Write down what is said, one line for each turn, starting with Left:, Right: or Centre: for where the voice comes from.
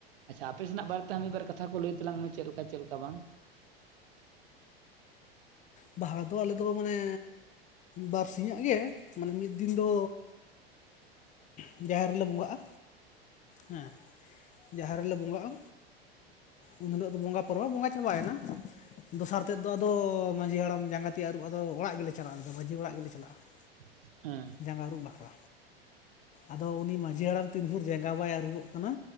Right: ᱟᱪᱪᱷᱟ ᱟᱯᱮ ᱥᱮᱱᱟᱜ ᱵᱟᱨᱮ ᱛᱮ ᱦᱚᱸᱜ ᱢᱤᱫᱵᱟᱨ ᱠᱟᱛᱷᱟ ᱠᱚ ᱞᱟᱹᱭ ᱛᱟᱞᱟᱝ ᱢᱮ ᱪᱮᱫ ᱞᱮᱠᱟ, ᱪᱮᱫ ᱞᱮᱠᱟ ᱵᱟᱝ?
Left: ᱵᱟᱦᱟ ᱫᱚ ᱟᱞᱮ ᱫᱚ ᱢᱟᱱᱮ ᱵᱟᱨ ᱥᱤᱧᱟᱜ ᱜᱮ ᱢᱟᱱᱮ ᱢᱤᱫ ᱫᱤᱱ ᱫᱚ ᱡᱟᱦᱮᱨ ᱨᱮᱞᱮ ᱵᱚᱸᱜᱟᱜᱼᱟ ᱦᱮᱸ, ᱡᱟᱦᱮᱨ ᱨᱮᱞᱮ ᱵᱚᱸᱜᱟᱜᱼᱟ ᱩᱱ ᱦᱤᱞᱳᱜ ᱫᱚ ᱵᱚᱸᱜᱟ ᱯᱚᱨᱚᱵ, ᱵᱚᱸᱜᱟ ᱪᱟᱵᱟᱭᱮᱱᱟ ᱫᱚᱥᱟᱨ ᱛᱮᱫ ᱫᱚ ᱟᱫᱚ ᱢᱟᱡᱷᱤ ᱦᱟᱲᱟᱢ ᱡᱟᱸᱜᱟ ᱛᱤ ᱟᱹᱨᱩᱵ ᱟᱫᱚ ᱚᱲᱟᱜ ᱜᱮᱞᱮ ᱪᱟᱞᱟᱜᱼᱟ ᱟᱫᱚ ᱢᱟᱡᱷᱤ ᱚᱲᱟᱜ ᱜᱮᱞᱮ ᱪᱟᱞᱟᱜᱼᱟ ᱾
Right: ᱦᱮᱸ ᱾
Left: ᱡᱟᱸᱜᱟ ᱟᱹᱨᱩᱵ ᱵᱟᱠᱷᱨᱟ, ᱟᱫᱚ ᱩᱱᱤ ᱢᱟᱺᱡᱷᱤ ᱦᱟᱲᱟᱢ ᱛᱤᱱ ᱵᱷᱩᱨ ᱡᱟᱸᱜᱟ ᱵᱟᱭ ᱟᱹᱨᱩᱵᱚᱜ ᱠᱟᱱᱟ